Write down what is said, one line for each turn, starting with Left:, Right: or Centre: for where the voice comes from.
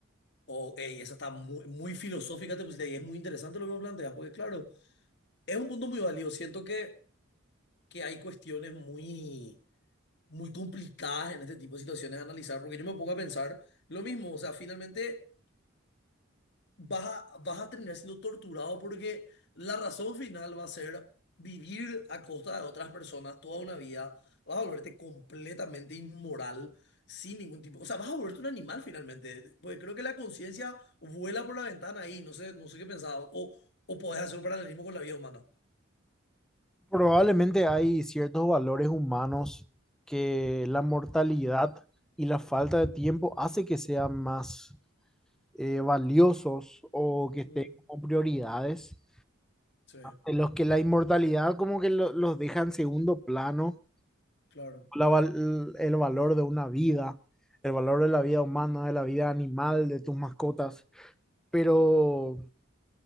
Left: Oh, ey, esa está muy, muy filosófica, te pusiste, y es muy interesante lo que me planteas, porque claro, es un punto muy válido. Siento que, que hay cuestiones muy muy complicadas en este tipo de situaciones analizar, porque yo me pongo a pensar lo mismo, o sea, finalmente vas a, vas a terminar siendo torturado porque la razón final va a ser vivir a costa de otras personas toda una vida, vas a volverte completamente inmoral, sin ningún tipo, o sea, vas a volverte un animal finalmente, porque creo que la conciencia vuela por la ventana ahí, no sé, no sé qué pensaba, o, o podés hacer un paralelismo con la vida humana.
Centre: Probablemente hay ciertos valores humanos que la mortalidad y la falta de tiempo hace que sean más eh, valiosos o que estén
Left: Mm,
Centre: como prioridades
Left: sí,
Centre: En los que la inmortalidad como que lo- los deja en segundo plano,
Left: claro.
Centre: la val- el valor de una vida, el valor de la vida humana, de la vida animal, de tus mascotas. Pero